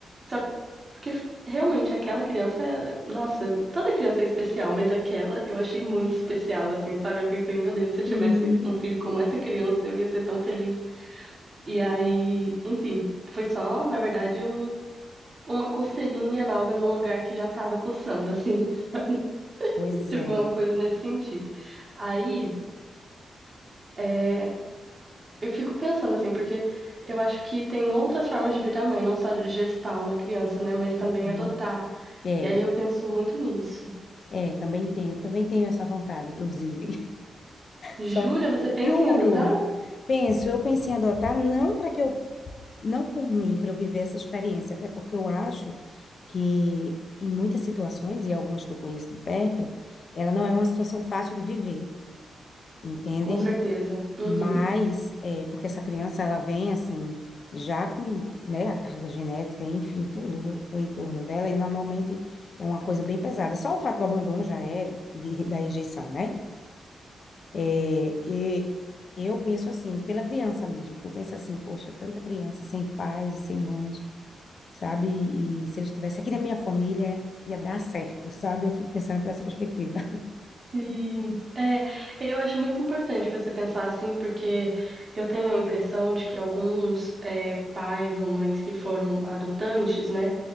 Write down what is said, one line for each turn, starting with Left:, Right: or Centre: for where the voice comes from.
Right: só porque realmente aquela criança, é- nossa, toda criança é especial, mas aquela eu achei muito especial, assim, sabe? Eu pensei, meu Deus, se
Left: uhum.
Right: eu tivesse um filho como essa criança, eu ia ser tão feliz. E aí, enfim, foi só, na verdade, um, uma coceirinha nova num lugar que já tava coçando, assim, <laughs>
Left: Pois
Right: tipo,
Left: é.
Right: uma coisa nesse sentido. Aí. é, Eu fico pensando assim, porque eu acho que tem outras formas de virar mãe, não só de gestar uma criança, né? Mas também
Left: Uhum.
Right: adotar.
Left: É,
Right: E aí eu penso muito nisso.
Left: é, também tenho, também tenho essa vontade, inclusive.
Right: Jura?
Left: Só que,
Right: Você pensa
Left: juro,
Right: em adotar?
Left: penso, eu pensei em adotar não para que eu, não por mim, para eu viver essa experiência, até porque eu acho que em muitas situações, e algumas que eu conheço de perto, ela não é uma situação fácil de viver, entende?
Right: Com certeza. Uhum.
Left: Mas, é, porque essa criança, ela vem assim, já com, né, a carga genética, enfim, tudo o entorno dela, e normalmente é uma coisa bem pesada. Só o fato do abandono já é de- da rejeição, né? É, e eu penso assim, pela criança mesmo, que eu penso assim, poxa, tanta criança sem pais e sem mães, sabe? E, se eles estivessem aqui na minha família, ia dar certo, sabe? Eu fico pensando por essa perspectiva. <laughs>
Right: Sim. É, eu acho muito importante você pensar assim, porque eu tenho a impressão de que alguns é, pais ou mães que foram adotantes, né?